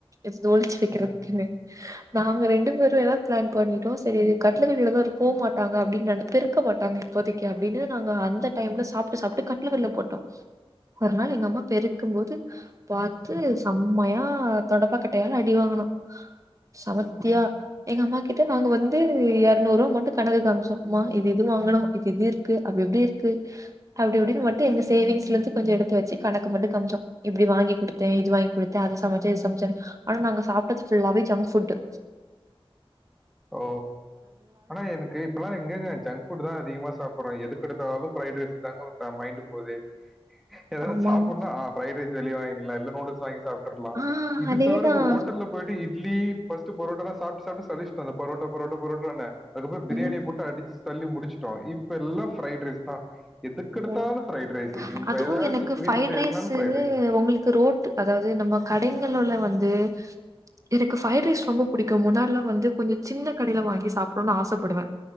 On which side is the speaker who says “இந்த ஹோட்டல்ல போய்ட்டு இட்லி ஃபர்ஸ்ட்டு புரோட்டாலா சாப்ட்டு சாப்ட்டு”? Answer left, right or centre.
Centre